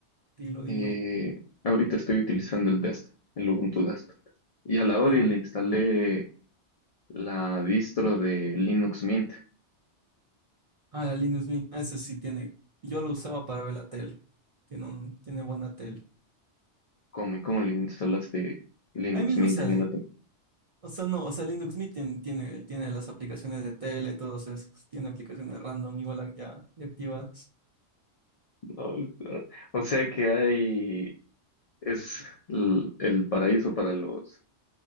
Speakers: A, on the right; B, on the left.
A: Dilo, dilo.
B: eh, ahorita estoy utilizando el desktop, el Ubuntu desktop. Y a la Odi
A: Ah,
B: le instalé la distro de Linux Mint.
A: ah, la Linux Mint. Ah, ese sí tiene. Yo lo usaba para ver la tele. Tiene un, tiene buena tele.
B: ¿Cómo y cómo le instalaste Linux
A: Ahí mismo
B: Mint
A: sale.
B: en una
A: O sea, no, o sea, Linux Mint tiene, tiene, tiene las aplicaciones de tele, todos esos. Tiene aplicaciones random, igual ya, ya activadas.
B: computadora? O sea que hay, es l- el, paraíso para los,